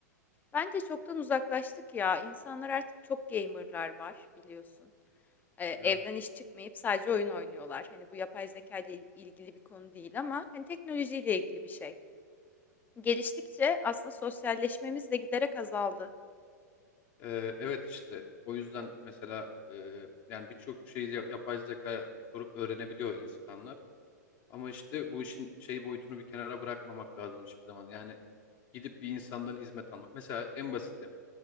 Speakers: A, on the left; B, on the left.
A: Bence çoktan uzaklaştık ya. İnsanlar artık çok gamer'lar var biliyorsun. Ee,
B: Evet.
A: evden iş çıkmayıp sadece oyun oynuyorlar. Hani bu yapay zeka ile il- ilgili bir konu değil ama hani teknolojiyle ilgili bir şey. Geliştikçe aslında sosyalleşmemiz de giderek azaldı.
B: Ee, evet işte o yüzden mesela e, yani birçok şeyi ya- yapay zeka sorup öğrenebiliyor insanlar. Ama işte bu işin şey boyutunu bir kenara bırakmamak lazım hiçbir zaman. Yani gidip bir insandan hizmet almak. Mesela en basiti